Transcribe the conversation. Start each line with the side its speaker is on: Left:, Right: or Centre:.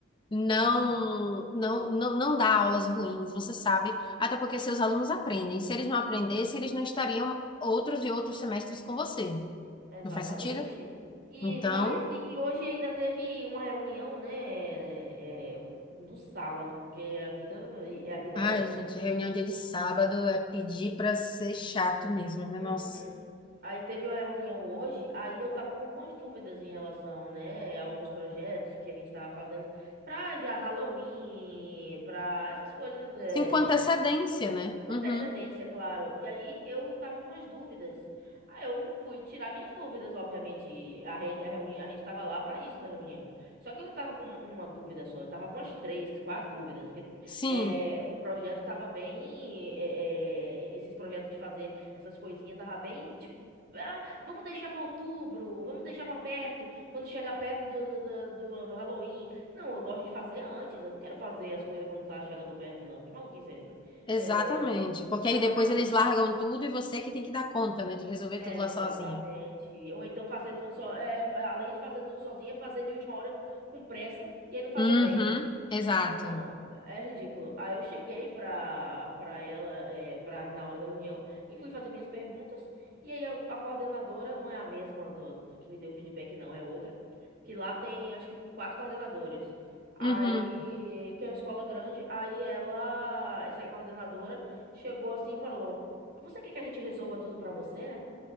Left: não,
Right: Uhum,
Left: não, não, não dá aulas ruins, você sabe, até porque seus alunos aprendem. Se eles não aprendessem, eles não estariam outros e outros semestres com você.
Right: Exatamente.
Left: Não faz sentido?
Right: E
Left: Então,
Right: faz. E, e hoje ainda teve uma reunião, né? é, é, no sábado, porque a vida, é, a vida
Left: ai,
Right: é essa.
Left: gente, reunião dia de sábado é pedir pra ser chato mesmo, né?
Right: Uhum.
Left: Nossa.
Right: Aí teve uma reunião hoje, aí eu tava com algumas dúvidas em relação, né, a alguns projetos que a gente tava fazendo pra já Halloween, pra essas coisas, é,
Left: Sim, com antecedência, né?
Right: Com
Left: Uhum.
Right: antecedência, claro. E aí eu tava com as dúvidas. Aí eu fui tirar minhas dúvidas, obviamente. A, re- a, reuni a gente tava lá pra isso na reunião. Só que eu não tava com uma dúvida só, eu tava com as três, quatro dúvidas. Porque
Left: Sim.
Right: é, o projeto tava bem. é, é, esses projetos de fazer essas coisinhas tava bem tipo. Ah, vamos deixar pra outubro, vamos deixar pra perto, quando chegar perto do, do, do do Halloween. Não, eu gosto de fazer antes, eu não quero fazer as coisas quando tá chegando perto, não. Que maluquice é essa?
Left: Exatamente,
Right: É,
Left: porque
Right: para
Left: aí
Right: fazer
Left: depois eles largam tudo e você que tem que dar conta, né, de resolver
Right: exatamente.
Left: tudo lá sozinha.
Right: Ou então fazer tudo só, é, além de fazer tudo sozinha, fazer de última hora com pressa e aí não fazer
Left: Uhum,
Right: bem.
Left: exato.
Right: Ah, não, é ridículo. Aí eu cheguei pra, pra ela, é, pra, na hora da reunião, e fui fazer minhas perguntas. E aí a, a coordenadora não é a mesma do, do que me deu o feedback, não, é outra. Que lá tem, acho que, quatro coordenadores. Aí,
Left: Uhum.
Right: que é uma escola grande, aí ela, essa coordenadora, chegou assim e falou: Você quer que a gente resolva tudo pra você? é?